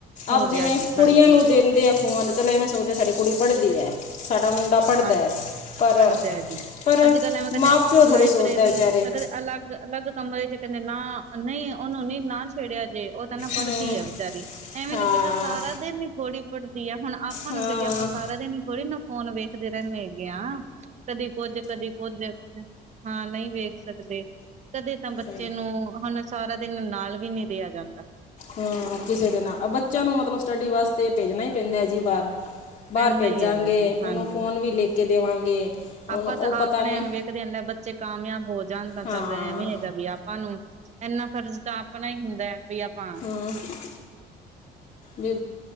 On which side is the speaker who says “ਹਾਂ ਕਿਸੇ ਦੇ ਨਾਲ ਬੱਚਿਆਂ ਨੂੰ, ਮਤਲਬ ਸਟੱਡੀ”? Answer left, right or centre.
Left